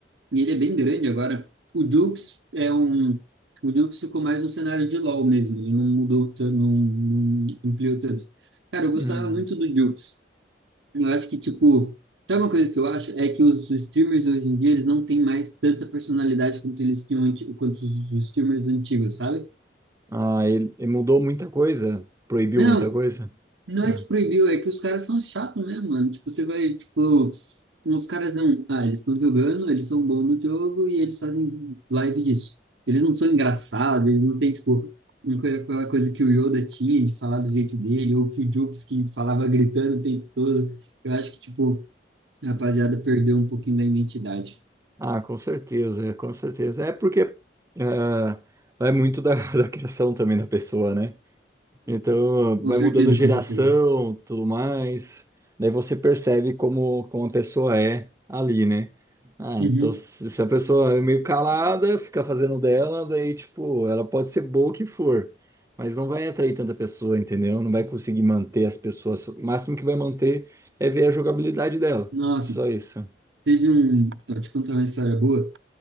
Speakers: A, on the right; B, on the right.
A: E ele é bem grande agora. O Dukes é um. O Dukes ficou mais no cenário de LoL mesmo. Ele não mudou, tan- não, não ampliou tanto. Cara, eu gostava
B: hum.
A: muito do Dukes. Eu acho que, tipo. Sabe uma coisa que eu acho? É que os streamers hoje em dia eles não têm mais tanta personalidade quanto eles tinham, anti- quanto os os streamers antigos, sabe?
B: Ah, ele, ele mudou muita coisa, proibiu
A: Não,
B: muita coisa.
A: Não
B: Ah.
A: é que proibiu, é que os caras são chatos, né, mano? Tipo, você vai, tipo, os caras não. Ah, eles estão jogando, eles são bons no jogo e eles fazem live disso. Eles não são engraçados, eles não têm, tipo, uma coisa- aquela coisa que o Yoda tinha de falar do jeito dele, ou que o Jukes que falava gritando o tempo todo. Eu acho que, tipo,
B: <laughs>
A: a rapaziada perdeu um pouquinho da identidade.
B: Ah, com certeza, com certeza. É porque ah, vai muito da, <laughs> da criação também da pessoa, né? Então,
A: Com
B: vai
A: certeza,
B: mudando geração,
A: com certeza.
B: tudo mais. Daí você percebe como, como a pessoa é ali, né? Ah,
A: Uhum.
B: então se, se a pessoa é meio calada, fica fazendo dela, daí, tipo, ela pode ser boa o que for, mas não vai atrair tanta pessoa, entendeu? Não vai conseguir manter as pessoas. O máximo que vai manter é ver a jogabilidade dela.
A: Nossa,
B: Só isso.
A: teve um.
B: Hum,
A: Eu te contar uma história boa